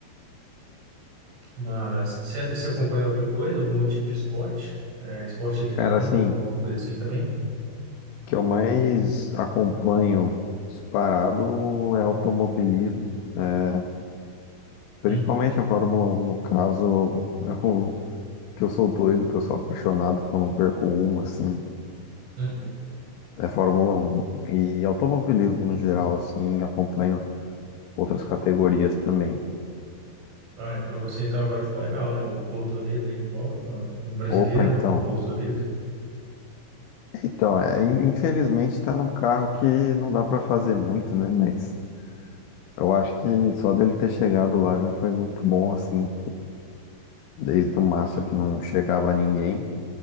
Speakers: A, on the right (about 70°); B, on the left (about 75°).
A: Mas você você acompanha outra coisa, algum outro tipo de esporte? É, esporte eletrônico,
B: Cara, assim,
A: alguma coisa assim também?
B: que eu mais acompanho disparado é automobilismo, é, principalmente
A: Uhum.
B: a Fórmula 1, no caso, é o que eu sou doido, que eu sou apaixonado, que eu não perco uma, assim,
A: Uhum.
B: é Fórmula 1. E automobilismo no geral, assim, acompanho outras categorias também.
A: Ah, para você então agora ficou legal, né? O Bortoleto aí de volta, ah, um brasileiro,
B: Opa, então.
A: né? Com o Bortoleto.
B: Então, é, in- infelizmente tá num carro que não dá pra fazer muito, né? Mas eu acho que só dele ter chegado lá já foi muito bom, assim. desde o Massa que não chegava a ninguém.